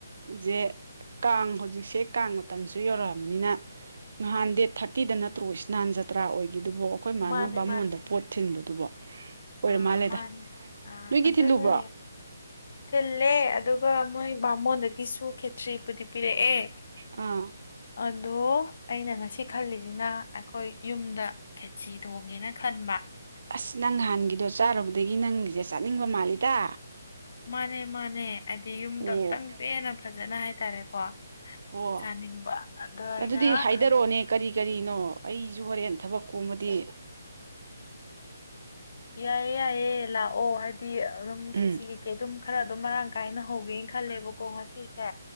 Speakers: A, on the right (about 60°); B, on the left (about 60°).
A: ꯖꯦ ꯀꯥꯡ ꯍꯧꯖꯤꯛꯁꯦ ꯀꯥꯡ ꯃꯇꯝꯁꯨ ꯌꯧꯔꯛꯑꯝꯅꯤꯅ ꯅꯍꯥꯟ ꯗꯦꯠ ꯊꯥꯔꯇꯤꯗ ꯅꯠꯇ꯭ꯔꯣ ꯏꯁꯅꯥꯟ ꯖꯇ꯭ꯔꯥ ꯑꯣꯏ ꯑꯗꯨꯕꯣ ꯑꯩꯈꯣꯏ ꯃꯥꯅ
B: ꯃꯥꯅꯦ
A: ꯕꯥꯃꯣꯟꯗ ꯄꯣꯠ ꯊꯤꯟꯕꯗꯨꯕꯣ ꯑꯣꯏꯔ
B: ꯑ
A: ꯃꯥꯜꯂꯦꯗ
B: ꯃꯥꯅꯤ ꯑ
A: ꯅꯣꯏꯒꯤ
B: ꯑꯗꯨꯅꯦ
A: ꯊꯤꯜꯂꯨꯕ꯭ꯔꯣ
B: ꯊꯤꯜꯂꯦ ꯑꯗꯨꯒ ꯃꯣꯏ ꯕꯥꯃꯣꯟꯗꯒꯤꯁꯨ ꯈꯦꯆ꯭ꯔꯤꯄꯨꯗꯤ ꯄꯤꯔꯛꯑꯦ
A: ꯑꯥ
B: ꯑꯗꯣ ꯑꯩꯅ ꯉꯁꯤ ꯈꯜꯂꯤꯁꯤꯅ ꯑꯩꯈꯣꯏ ꯌꯨꯝꯗ ꯈꯦꯆꯤ ꯊꯣꯡꯒꯦꯅ ꯈꯟꯕ
A: ꯑꯁ ꯅꯪ ꯅꯍꯥꯟꯒꯤꯗꯣ ꯆꯥꯔꯨꯕꯗꯒꯤ ꯅꯪꯒꯤꯁꯦ ꯆꯥꯅꯤꯡꯕ ꯃꯥꯜꯂꯤꯗ
B: ꯃꯥꯅꯦ ꯃꯥꯅꯦ ꯍꯥꯏꯗꯤ ꯌꯨꯝꯗꯣ
A: ꯑꯣ
B: ꯑꯝꯇꯪ ꯄꯦꯅ ꯐꯖꯅ ꯍꯥꯏꯇꯥꯔꯦꯀꯣ
A: ꯑꯣ
B: ꯆꯥꯅꯤꯡꯕ ꯑꯗꯣ ꯑꯩꯅ
A: ꯑꯗꯨꯗꯤ ꯍꯥꯏꯗꯔꯛꯑꯣꯅꯦ
B: ꯈꯜ
A: ꯀꯔꯤ ꯀꯔꯤꯅꯣ ꯑꯩꯁꯨ ꯍꯣꯔꯦꯟ ꯊꯕꯛ ꯀꯣꯃꯗꯤ
B: ꯌꯥꯏꯌꯦ ꯌꯥꯏꯌꯦ ꯂꯥꯛꯑꯣ ꯍꯥꯏꯗꯤ ꯑꯗꯨꯝ
A: ꯎꯝ
B: ꯈꯦꯆꯤ ꯀꯩ ꯑꯗꯨꯝ ꯈꯔ ꯑꯗꯨꯝ ꯃꯔꯥꯡ ꯀꯥꯏꯅ ꯍꯧꯒꯦꯅ ꯈꯜꯂꯦꯕꯀꯣ ꯉꯁꯤꯁꯦ